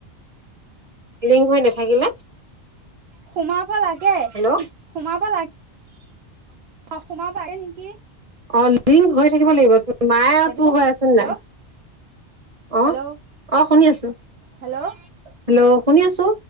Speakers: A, on the right; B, on the right.
A: লিংক হৈ নাথাকিলে।
B: সোমাব লাগে,
A: হেল্ল'
B: চি সোমাব লাগে। অ' সোমাব পাৰে নেকি।
A: অ' লিংক হৈ থাকিব লাগিব, মায়ে
B: সেইটো
A: আৰু তোৰ হৈ আছে
B: হেল্ল'
A: নাই। অ
B: হেল্ল'
A: অ শুনি আছো
B: হেল্ল'
A: হেল্ল' শুনি আছো